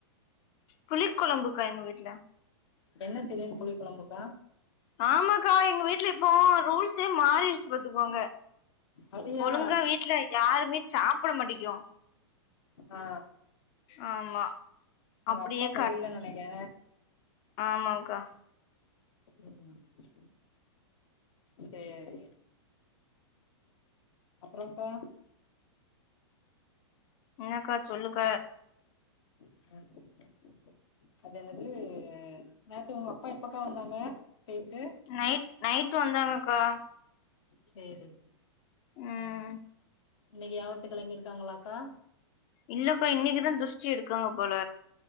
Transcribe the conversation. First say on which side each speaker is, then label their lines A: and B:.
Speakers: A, on the left; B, on the left.
A: புளி குழம்புக்கா எங்க வீட்ல
B: என்ன திடீர்னு புளி குழம்பு க்கா
A: ஆமாக்கா எங்க வீட்ல இப்போ ரூல்ஸே மாறிருச்சு பாத்துக்கோங்க
B: அப்டியா
A: ஒழுங்கா வீட்ல யாருமே சாப்பட மாட்டிக்கோ
B: ஆ
A: ஆமா
B: உங்கப்பா
A: அப்டியே
B: சரியில்ல நெலைக்கே
A: ஆமாங்கா
B: ம் ம் சேரி அப்றோங் க்கா
A: என்னக்கா சொல்லுக்க
B: ம் அது என்னது நேத்து உங்க அப்பா எப்பக்கா வந்தாங்க பேயிட்டு
A: நைட் நைட்டு வந்தாங்கக்கா
B: சேரி
A: ம்
B: இன்னைக்கு யாவாரத்துக்கு கெளம்பிருக்காங்ளாக்கா
A: இல்லக்கா இன்னைக்குதா துஷ்டி எடுக்காங்க போல